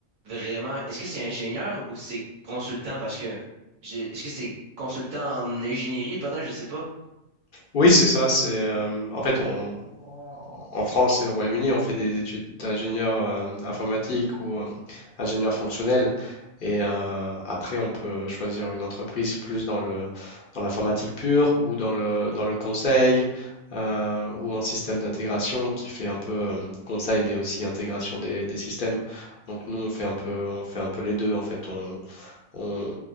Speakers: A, on the right; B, on the left.
A: vraiment. Est-ce que c'est ingénieur ou c'est consultant? Parce que. j'ai- Est-ce que c'est consultant en ingénierie? Pardon, je sais pas.
B: Oui, c'est ça. C'est euh, en fait, on, en France et au Royaume-Uni, on fait des études d'ingénieur euh, informatique ou euh, ingénieur fonctionnel. Et euh, après, on peut choisir une entreprise plus dans le dans l'informatique pure ou dans le dans le conseil euh, ou en système d'intégration qui fait un peu euh, conseil mais aussi intégration des, des systèmes. Donc nous, on fait un peu on fait un peu les deux en fait. On, on,